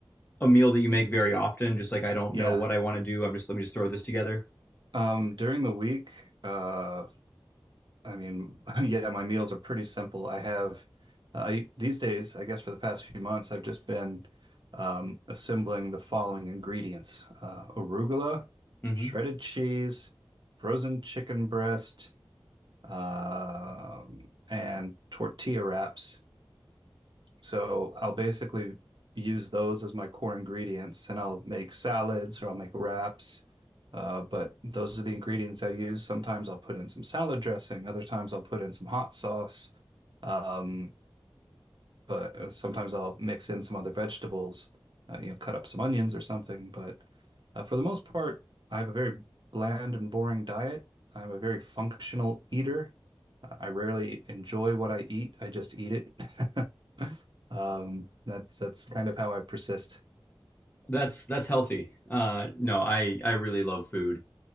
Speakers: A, on the left (about 20°); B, on the right (about 55°).
A: a meal that you make very often? Just like I don't
B: Yeah.
A: know what I want to do. I'm just let me just throw this together.
B: Um, during the week, uh, I mean, <laughs> yeah, my meals are pretty simple. I have, uh, I these days, I guess for the past few months, I've just been um, assembling the following ingredients: uh, arugula,
A: Mm-hmm.
B: shredded cheese, frozen chicken breast, um, and tortilla wraps. So I'll basically use those as my core ingredients and I'll make salads or I'll make wraps. Uh, but those are the ingredients I use. Sometimes I'll put in some salad dressing, other times I'll put in some hot sauce. Um, but uh, sometimes I'll mix in some other vegetables, uh, you know, cut up some onions or something. But uh, for the most part, I have a very bland and boring diet. I'm a very functional eater. Uh, I rarely enjoy what I eat. I just eat it. <laughs> Um, that's that's kind of how I persist.
A: That's that's healthy. Uh, no, I I really love food.